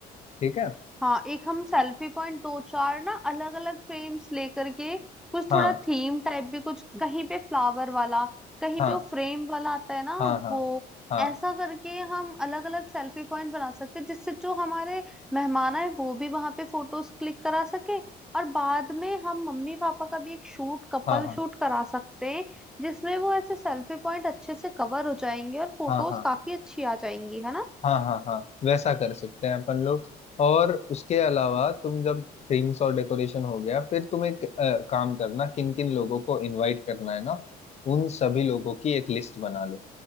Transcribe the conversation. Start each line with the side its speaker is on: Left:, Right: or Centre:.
Left: ठीक है
Centre: हाँ एक हम सेल्फी पॉइंट दो चार ना अलग अलग फ्रेम्स लेकर के कुछ
Left: हाँ
Centre: थोड़ा थीम टाइप भी कुछ कहीं पे फ्लावर वाला कहीं
Left: हाँ
Centre: पे वो फ्रेम वाला आता है ना
Left: हाँ हाँ
Centre: वो
Left: हाँ
Centre: ऐसा करके हम अलग अलग सेल्फी पॉइंट बना सकते हैं जिससे जो हमारे मेहमान आए वो भी वहां पे फोटोज क्लिक करा सके और बाद में हम मम्मी पापा का भी एक शूट कपल
Left: हाँ हाँ हाँ
Centre: शूट करा सकते हैं जिसमें वो ऐसे सेल्फी पॉइंट अच्छे से कवर हो जाएंगे और फोटोज
Left: हाँ हाँ,
Centre: काफी अच्छी आ जाएंगी है ना
Left: हाँ हाँ हाँ वैसा कर सकते हैं अपन लोग और उसके अलावा तुम जब थीम्स और डेकोरेशन हो गया फिर तुम एक अ, काम करना किन किन लोगों को इनवाइट करना है ना उन सभी लोगों की एक लिस्ट बना लो